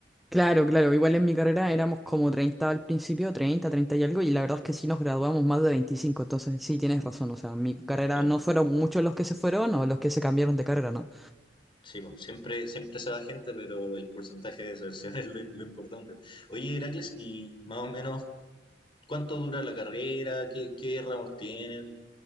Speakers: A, in the centre; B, on the left.
A: Claro, claro. Igual en mi carrera éramos como 30 al principio, 30, 30 y algo, y la verdad es que sí nos graduamos más de 25. entonces sí tienes razón. O sea, en mi carrera
B: Claro.
A: no fueron muchos los que se fueron o los que se cambiaron de carrera, ¿no?
B: Sí, po, siempre, siempre se da gente, pero el porcentaje de deserción <laughs> es lo, im- lo importante. Oye, Heracles, ¿y más o menos cuánto dura la carrera? ¿Qué, qué ramos tienen?